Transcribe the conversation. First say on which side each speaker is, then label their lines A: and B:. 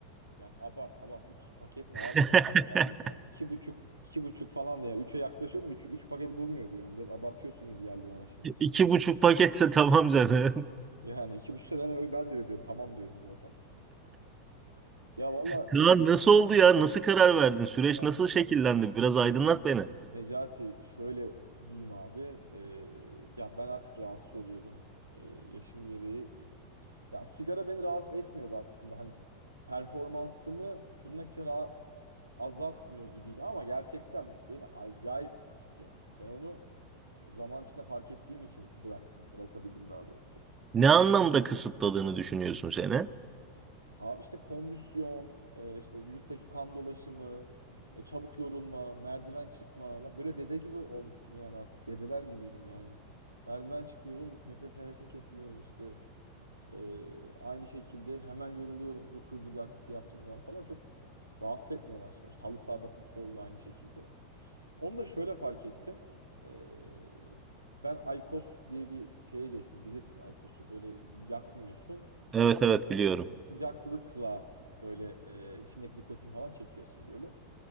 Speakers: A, on the right; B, on the right.
A: Ya abart abart. Üç paket ne
B: <laughs>
A: abi ya? Ben de ya. iki buçuk iki buçuk falan da ya. Üçe yaklaşıyordum. Üç, üç paket bulmuyordu yani. Biraz abartıyorsun gibi geldi bana şimdi.
B: İki buçuk paketse tamam canım.
A: Yani iki buçukta ben, ben de öyle diyorum. Tamam diyorum zaten. Ya valla
B: Kaan nasıl oldu ya nasıl karar verdin süreç
A: yani
B: nasıl şekillendi biraz aydınlat beni.
A: Necati şöyle diyeyim abi. Eee, ya ben artık rahatsız oluyordum. Eee, yaşım gereği. Ya sigara beni rahatsız etmiyordu aslında. Hani performansımı tırnak içine azaltmıyor gibiydi ama gerçekten beni acayip kısıtlıyormuş. Ben onu zaman içinde fark ettiğim için bıraktım. Bırakabildim daha doğrusu.
B: Ne anlamda kısıtladığını düşünüyorsun seni?
A: Abi işte kondisyon, e, işte vücuttaki kan dolaşımı, e, çabuk yorulma, merdiven çıkma. Lan böyle dede gibi olmuştum yani artık. Dedeler gibiydim yani. Merdiven çıkıyorum, nefes nefese kesiliyorum işte. E, aynı şekilde hemen yoruluyorum. Çok hızlı bir aktivite yaptığım zaman falan çok rahatsız etmeye başlamıştı. Halı sahada futbolda aynı şekilde. Onu da şöyle fark ettim. Ee, ben Aykos diye bir şeye geçtim. Bilirsin Aykos'u böyle yakmıyorsun.
B: Evet evet biliyorum.
A: Sıcaklıkla böyle e, içindeki nikotini falan çekiyorsun böyle.